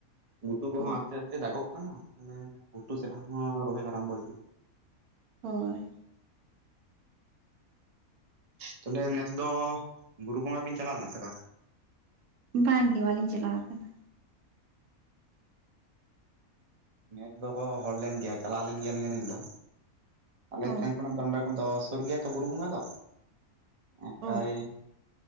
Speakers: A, on the right; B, on the right.
A: ᱜᱷᱩᱴᱩ ᱠᱚᱦᱚᱸ
B: ᱚ
A: ᱟᱥᱛᱮ ᱟᱥᱛᱮ ᱫᱟᱜᱚᱜ ᱠᱟᱱᱟ ᱛᱟᱦᱚᱞᱮ ᱜᱷᱩᱴᱩ ᱥᱮᱫ ᱦᱚᱸ ᱨᱚᱦᱚᱭ ᱟᱨᱟᱢᱵᱚ ᱦᱩᱭᱩᱜ-ᱟ᱾
B: ᱦᱳᱭ᱾
A: ᱛᱟᱦᱚᱞᱮ ᱱᱮᱥ ᱫᱚ ᱵᱩᱨᱩ ᱵᱚᱸᱜᱟ ᱵᱤᱱ ᱪᱟᱞᱟᱣ ᱞᱮᱱᱟ ᱥᱮ ᱵᱟᱝ?
B: ᱵᱟᱝ ᱜᱮ ᱵᱟᱞᱤᱧ ᱪᱟᱞᱟᱣ ᱟᱠᱟᱱᱟ᱾
A: ᱱᱮᱥ ᱫᱚᱠᱚ ᱦᱚᱲ ᱞᱮᱱ ᱜᱮᱭᱟ ᱪᱟᱞᱟᱣ ᱞᱮᱱ ᱜᱮᱭᱟᱞᱤᱧᱟ ᱟᱹᱞᱤᱧ ᱫᱚ <inaudible> ᱟᱞᱮ
B: ᱚ
A: ᱴᱷᱮᱱ ᱠᱷᱚᱱᱟᱜ ᱫᱚ ᱱᱚᱰᱮ ᱫᱚ ᱥᱩᱨ ᱜᱮᱭᱟ ᱛᱚ ᱵᱩᱨᱩ ᱵᱚᱸᱜᱟ ᱫᱚ <inaudible> ᱯᱨᱟᱭ,
B: ᱚ